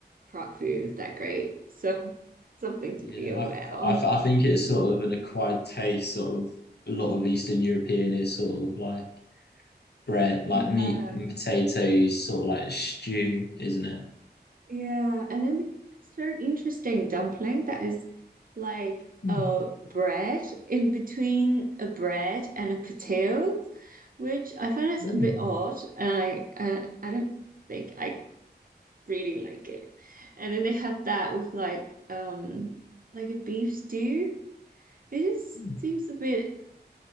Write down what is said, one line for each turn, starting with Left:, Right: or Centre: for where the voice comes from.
Right: Prague food is that great. So something to
Left: Yeah,
Right: be aware of.
Left: I, I, I think it's sort of an acquired taste. Sort of a lot of Eastern European is sort of like bread,
Right: Yeah.
Left: like meat and potatoes, sort of like stew, isn't it?
Right: Yeah, and then it's very interesting dumpling that is like
Left: Mm,
Right: a bread in between a bread and a potato, which I find is
Left: mm,
Right: a bit odd, and I uh, I don't think I really like it. And then they have that with like um like a beef stew. It just
Left: mm.
Right: seems a bit